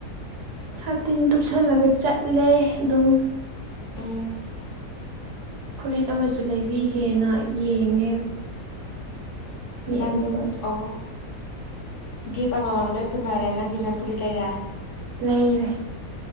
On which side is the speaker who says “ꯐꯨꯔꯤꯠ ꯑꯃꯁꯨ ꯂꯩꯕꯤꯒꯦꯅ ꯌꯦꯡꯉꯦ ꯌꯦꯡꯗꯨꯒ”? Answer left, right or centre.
Right